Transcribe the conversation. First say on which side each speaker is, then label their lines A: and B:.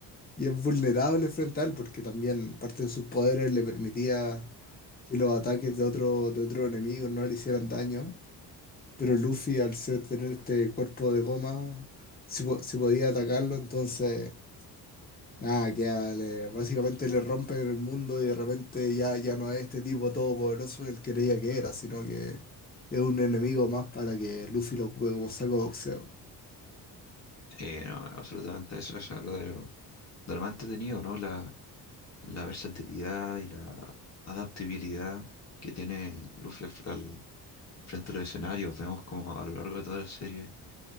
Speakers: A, on the left (about 20°); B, on the left (about 40°).
A: y es vulnerable frente a él, porque también parte de sus poderes le permitía que los ataques de otro, de otro enemigo no le hicieran daño. Pero Luffy, al ser tener este cuerpo de goma, si, po- si podía atacarlo, entonces, nada, que básicamente le rompen el mundo y de repente ya, ya no es este tipo todopoderoso que él creía que era, sino que es un enemigo más para que Luffy lo ocupe como saco de boxeo.
B: Sí, no, absolutamente eso es algo de lo, de lo más entretenido, ¿no? La, la versatilidad y la adaptabilidad que tiene Luffy al, fr- al frente del escenario. Vemos como a lo largo de toda la serie